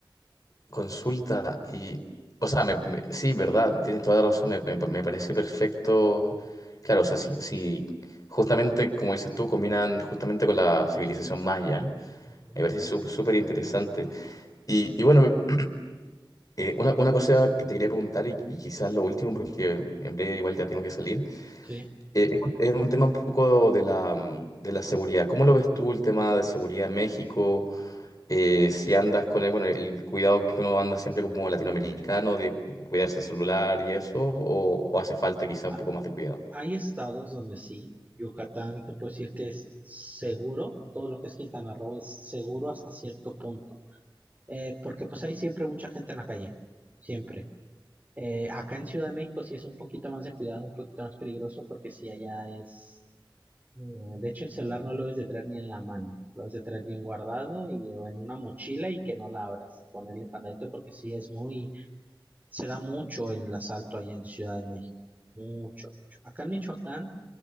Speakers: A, on the left; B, on the right.
A: consulta y, o sea, me- me- sí, verdad, tienes toda la razón, me, me- me parece perfecto. Claro, o sea, si, si justamente, como dices tú, combinan justamente con la civilización maya,
B: Ujú.
A: me parece sú- súper interesante. Y, y bueno, <clears throat> Eh, una, una cosa que te quería preguntar y, y quizás lo último, porque en breve igual ya tengo que salir,
B: Sí.
A: eh, es, es un tema un poco de la, mm, de la seguridad. ¿Cómo lo ves tú el tema de seguridad en México? Eh, si andas con el, bueno, el cuidado que uno anda siempre como latinoamericano de cuidarse el celular y eso, o, o hace falta quizá un
B: A-
A: poco más de cuidado?
B: Hay estados donde sí, Yucatán te puedo decir que es seguro, todo lo que es Quintana Roo es seguro hasta cierto punto, Eh, porque pues hay siempre mucha gente en la calle, siempre. Eh, acá en Ciudad de México sí es un poquito más de cuidado, un poquito más peligroso, porque sí allá es Eh, De hecho, el celular no lo debes de traer ni en la mano, lo debes de traer bien guardado y o en una mochila y que no la abras, ponerle candadito porque sí es muy, se da mucho el asalto allá en Ciudad de México, mucho, mucho. Acá en Michoacán